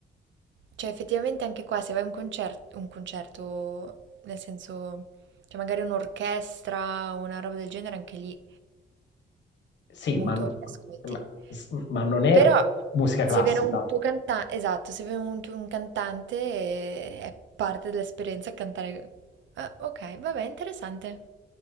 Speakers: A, on the right; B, on the left.
A: Cioè, effettivamente anche qua, se vai a un concerto, un concerto, nel senso, cioè magari un'orchestra o una roba del genere, anche lì
B: Sì,
A: muto,
B: ma,
A: ascolti.
B: ma- s- ma non è
A: Però
B: musica
A: se
B: classica,
A: viene un tuo cantante, esatto, se viene un tuo un cantante eh, è parte dell'esperienza cantare. Ah, ok, vabbè, interessante.